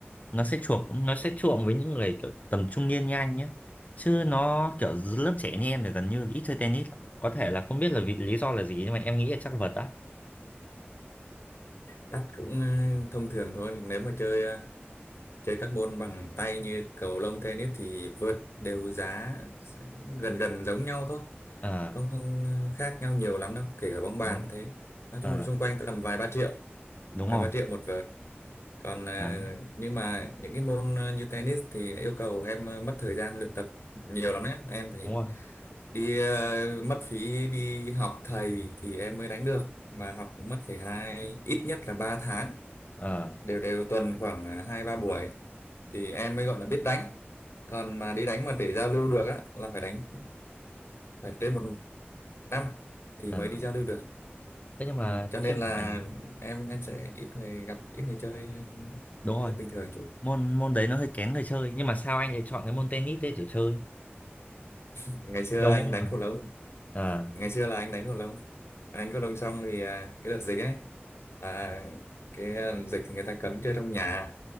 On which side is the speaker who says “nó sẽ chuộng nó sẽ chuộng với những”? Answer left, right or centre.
Left